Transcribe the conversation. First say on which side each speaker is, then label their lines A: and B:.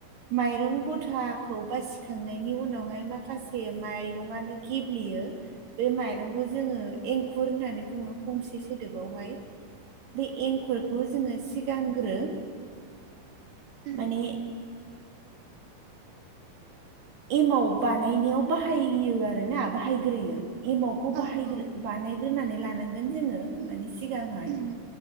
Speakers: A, on the right; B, on the right.
A: माइरं गथाखौ बासिखांनायनि उनावहाय माखासे माइरङनो गेब्लेयो बे माइरंखौ जोङो एंखुर होननानै बुङो फंसे सोदोबावहाय बे एंखुरखौ जोङो सिगांग्रो
B: उम
A: माने
B: उम
A: एमाव बानायनायाव बाहायो आरोना बाहायग्रोयो। एमावखौ बाहायग्रो
B: औ औ
A: बानायग्रोनानै लानांगोन जोङो माने सिगांहाय।
B: उम